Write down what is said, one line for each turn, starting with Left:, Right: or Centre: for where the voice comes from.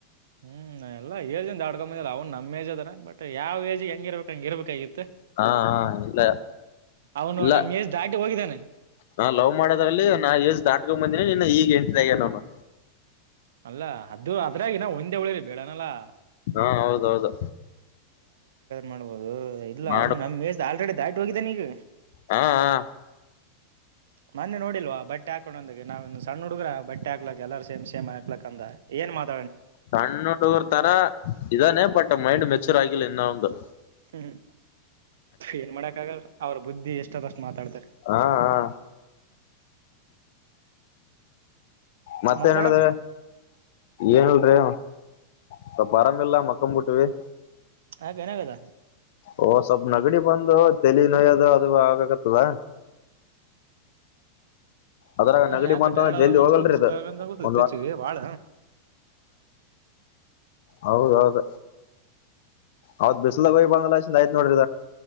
Right: ಹ್ಮ್ ಎಲ್ಲ ಏಜ್ಂದ ಆಡ್ಕೊಂಬಂದಿಲ್ಲ ಅವ್ ನಮ್ಮ್ಏಜ್ ಅದಾರ ಬಟ್ ಯಾವ ಏಜ್ ಹೆಂಗಿರ್ಬೇಕಕ್ ಹಂಗಿರ್ಬೇಕಕ್. ಕೈ.
Left: ಹಾ ಹಾ ಇಲ್ಲ
Right: ಅವನು
Left: ಇಲ್ಲ
Right: ನಮ್ ಏಜ್ ದಾಟಿ ಹೋಗಿದ್ದಾನೆ
Left: ನಾ ಲವ್ ಮಾಡೋದ್ರಲ್ಲಿ ನಾ ಎಷ್ಟ ದಾಟ್ಕೊಂಡ್ ಬಂದೀನಿ. ಈಗ ಎಂಟಿದಾಗ ನೋನು.
Right: ಅಲ್ಲ ಅದು ಅದ್ರ ನ ಒಂದ ಳಿರಿ ಬೇಡಾನಲ್ಲಾ
Left: ಹಾ ಹೌದೌದು
Right: ಮಾಡಬಹುದು ಹ ಇಲ್ಲ
Left: ಮಾಡು
Right: ಅವ್ನು ನಮ ಮೇಜ ಆಲ್ರೆಡಿ ದಾಟಿ ಹೋಗಿದ್ದ ನೀಗ
Left: ಹಾ ಹಾ
Right: ಮೊನ್ನೆ ನೋಡಿಲ್ ಬಟ್ಟ ಹಾಕೊಂಡ ಅಂದ ನಾವವು ಸಣ್ಣ ಹುಡುಗ್ರ ಬಟ್ಟೆ ಹಾಕ್ಲಕ್ ಎಲ್ಲಾರ ಸೇಮ್ ಸೇಮ ಹಾಕ್ ಅ ಏನ್ ಮಾಡ
Left: ಸಣ್ಣ ಹುಡುಗರ್ ತರ ಇದಾನೆ ಬಟ್ಟ ಮೈಂಡ್ ಮೆಚ್ಚುರ್ ಆಗಿಲ್ಲ ಇನ್ನ ಅವಂದು
Right: ಹ್ಮ್ ಏನ್ ಮಾಡಕ್ ಆಗಲ್ ಅವ್ರ ಬುದ್ಧಿ ಎಷ್ಟದಷ್ಟು ಮಾತಾಡ್ತಾರೆ
Left: ಹಾ ಹಾ ಮತ್ತೇನಡ್ದ
Right: ಮತ್ತಾಗ
Left: ಏನ್ಲ್ರಿ ಸ್ವಲ್ಪ ಅರಾಮಿಲ್ಲ ಮಕ್ಕಂಬಂಬಿಟ್ವಿ
Right: ಹ ಏನಾಗದ
Left: ಓ ಸ್ವಲ್ಪ್ ನಗಡಿ ಬಂದು ತೆಲಿ ನೋಯದು ಅದು ಆಗಕತ್ತದ ಅದ್ರಾಗ
Right: ಹ್ಮ
Left: ನಗಡಿ
Right: ಯಾಕೆ
Left: ಬಂತಂದ್ರ
Right: ಟೈರ್ಡ್ ಆದಂಗ
Left: ಜಲ್ದಿ
Right: ಅನ್ಸೋದು
Left: ಹೋಗಲ್ರಿ
Right: ಸುಸ್ತ
Left: ಇದು
Right: ಇದ್ದಚ
Left: ಒಂದ್ ವಾರ
Right: ಬಾಳ
Left: ಹೌದೌದ ಅವದ ಬಿಸಲಾಗ ಹಯ್ ಬಂದಲ್ಲ ಆಯ್ತ್ ನೋಡ್ರ